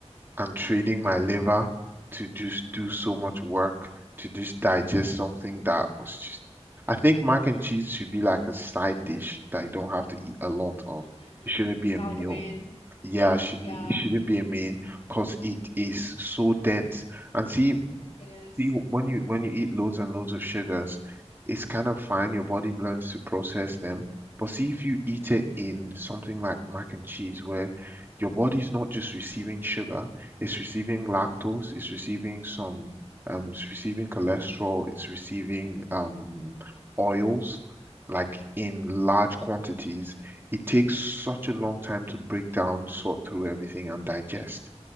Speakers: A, on the right; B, on the left.
A: I'm trading my liver to just do so much work to just digest something that was just. I think mac and cheese should be like a side dish that you don't have to eat a lot of.
B: Mm,
A: It shouldn't be
B: not
A: a meal.
B: like a main.
A: Yeah, it shouldn't
B: Yeah,
A: it shouldn't be a main because it is so dense. And see,
B: it is.
A: See, when you when you eat loads and loads of sugars, it's kind of fine. Your body learns to process them. But see, if you eat it in something like mac and cheese, where your body's not just receiving sugar, it's receiving lactose, it's receiving some, um, it's receiving cholesterol, it's receiving um oils, like in large quantities. It takes such a long time to break down, sort through everything, and digest